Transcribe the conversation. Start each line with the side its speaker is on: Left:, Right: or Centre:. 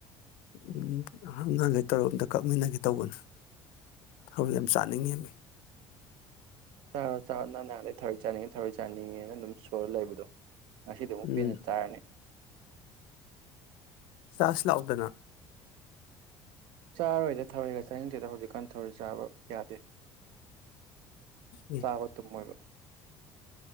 Left: ꯎꯝ ꯑꯉꯥꯡꯈꯩ ꯇꯧꯔ ꯑꯝꯇ ꯀꯛꯃꯤꯟꯅꯒꯦ ꯇꯧꯕꯅꯤ ꯊꯔꯣꯏ ꯌꯥꯝ ꯆꯥꯅꯤꯡꯉꯦꯃꯦ
Right: ꯆꯥꯔꯣ ꯆꯥꯔꯣ ꯅꯪ ꯅꯍꯥꯟꯗꯩ ꯊꯔꯣꯏ ꯆꯥꯅꯤꯡꯉꯦ ꯊꯔꯣꯏ ꯆꯥꯅꯤꯡꯉꯦꯅ ꯑꯗꯨꯝ ꯁꯣꯟꯂ ꯂꯩꯕꯗꯣ ꯉꯁꯤꯗꯤ ꯑꯃꯨꯛ
Left: ꯎꯝ
Right: ꯄꯦꯟꯅ ꯆꯥꯔꯅꯤ
Left: ꯆꯥꯁꯤ ꯂꯥꯛꯎꯗꯅ
Right: ꯆꯥꯔꯣꯏꯗ ꯊꯔꯣꯏꯒ ꯆꯅꯤꯡꯗꯦꯗ ꯍꯧꯖꯤꯛꯀꯥꯟ ꯊꯔꯣꯏ ꯆꯥꯕ ꯌꯥꯗꯦ
Left: ꯑꯦ
Right: ꯆꯥꯕ ꯇꯨꯝꯃꯣꯏꯕ